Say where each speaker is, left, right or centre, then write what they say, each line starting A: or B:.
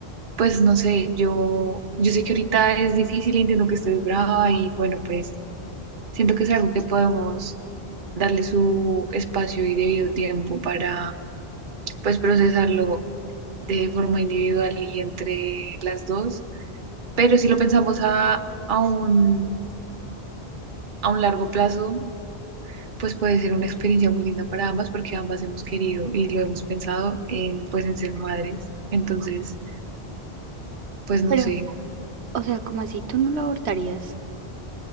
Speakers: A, on the right; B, on the right.
A: pues no sé, yo, yo sé que ahorita es difícil, entiendo que estés brava y bueno, pues Siento que es algo que podemos darle su espacio y debido tiempo para, pues, procesarlo de forma individual y entre las dos. Pero si lo pensamos a, a un, a un largo plazo, pues puede ser una experiencia muy linda para ambas porque ambas hemos querido y lo hemos pensado en, pues, en ser madres. Entonces, pues no
B: Pero,
A: sé,
B: o sea, como así, tú no la abortarías.